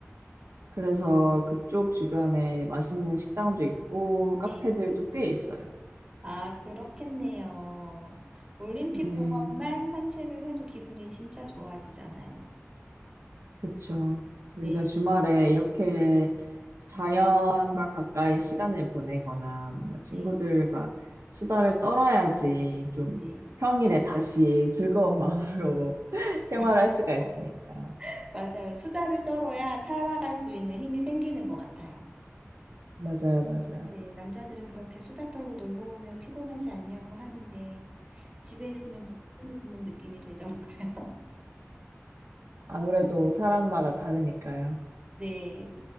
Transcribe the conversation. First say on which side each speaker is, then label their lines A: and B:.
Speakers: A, on the right (about 70°); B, on the right (about 20°).
A: 그래서 그쪽 주변에 맛있는 식당도 있고, 카페들도
B: 네.
A: 꽤 있어요.
B: 아, 그렇겠네요. 올림픽
A: 네.
B: 공원만 산책을 해도 기분이 진짜 좋아지잖아요.
A: 그쵸. 우리가
B: 네,
A: 주말에 이렇게 자연과 가까이 시간을 보내거나 뭔가 친구들과
B: 네,
A: 수다를 떨어야지 좀
B: 네.
A: 평일에 다시 즐거운 마음으로 <laughs> 생활할
B: <laughs> 맞아요.
A: 수가 있으니까.
B: 맞아요. 수다를 떨어야 살아갈 수 있는 힘이 생기는 것 같아요.
A: 맞아요, 맞아요.
B: 네, 남자들은 그렇게 수다 떨고 놀고 오면 피곤하지 않냐고 하는데 집에 있으면 더 피곤해지는 느낌이 들더라고요. <laughs>
A: 아무래도 사람마다 다르니까요.
B: 네,